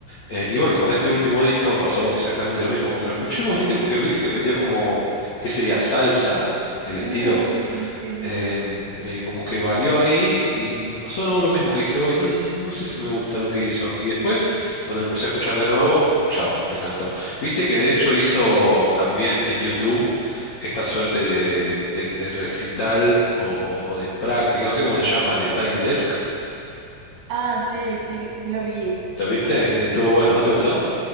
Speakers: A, on the left; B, on the right.
A: Eh, y bueno, y con este último disco me pasó exactamente lo mismo. Cuando lo escuché, vos viste, porque viste que metió como, ¿qué sería? Salsa, el estilo,
B: ujú, sí, sí, sí,
A: eh,
B: sí.
A: eh, como que varió ahí y, y me pasó de nuevo lo mismo, que dije, hoy no, no sé si me gusta lo que hizo. Y después, cuando lo empecé a escuchar de nuevo, chau, me encantó. Viste que de hecho hizo también en YouTube esta suerte de, de- de recital o, o- o de práctica, no sé cómo se llama, de Tiny Desk.
B: Ah, sí, sí, sí lo vi.
A: ¿Lo viste? Estuvo bueno, ¿no te gustó?